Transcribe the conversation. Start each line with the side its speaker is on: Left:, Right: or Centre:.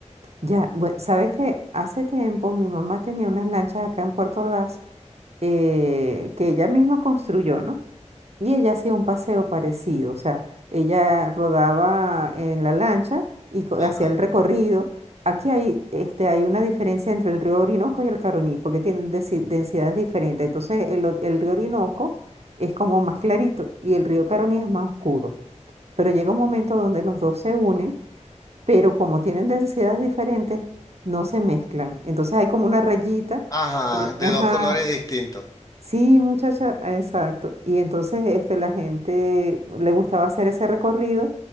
Right: Ya, bueno, sabes que hace tiempo mi mamá tenía unas lanchas acá en Puerto Ordaz eh, que ella misma construyó, ¿no? Y ella hacía un paseo parecido, o sea, ella rodaba en la lancha y co-
Left: Ajá.
Right: hacía el recorrido. Aquí hay, este, hay una diferencia entre el río Orinoco y el Caroní, porque tienen desi- densidades diferentes. Entonces, el, or- el río Orinoco es como más clarito y el río Caroní es más oscuro. Pero llega un momento donde los dos se unen, pero como tienen densidades diferentes, no se mezclan. Entonces, hay como una rayita.
Left: Ajá,
Right: eh,
Left: de
Right: ajá,
Left: dos colores distintos.
Right: Sí, muchacha, exacto. Y entonces este, la gente le gustaba hacer ese recorrido